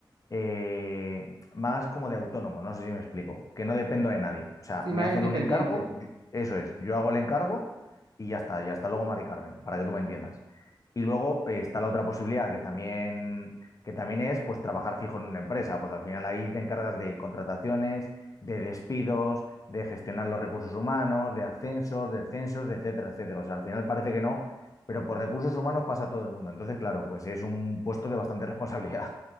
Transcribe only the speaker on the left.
eh, más como de autónomo, no sé si me explico, que no dependo de nadie. O sea,
me
hacen
un encargo, yo- eso es, yo hago el encargo y ya está, y hasta luego, Mari Carmen, para que tú me entiendas. Y luego eh, está la otra posibilidad que también, que también es pues trabajar fijo en una empresa. Pues al final ahí te encargas de contrataciones, de despidos, de gestionar los recursos humanos, de ascensos, descensos, etcétera, etcétera. O sea, al final parece que no. Pero por recursos humanos pasa todo el mundo. Entonces, claro, pues es un puesto de bastante responsabilidad.